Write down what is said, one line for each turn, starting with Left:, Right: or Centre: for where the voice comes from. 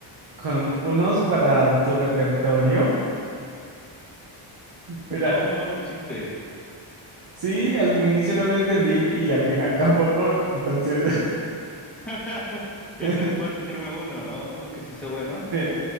Right: con unos para tu repertorio.
Centre: estuvo
Right: Mira,
Centre: muy malo mi chiste.
Right: sí, al inicio no lo entendí y al final tampoco, entonces,
Centre: <laughs> Entonces
Right: <laughs>
Centre: puedes decirme uno, ¿no? Uno que sí sea bueno.
Right: bien,